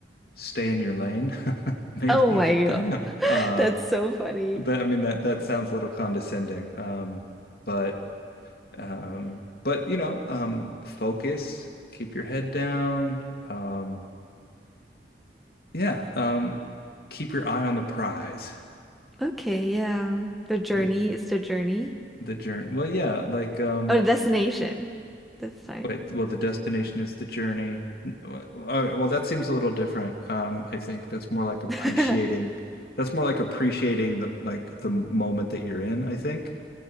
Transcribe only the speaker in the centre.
Oh my God.
<laughs> That's so funny.
Okay, yeah. The journey
is the journey.
Oh, the destination this time.
<laughs>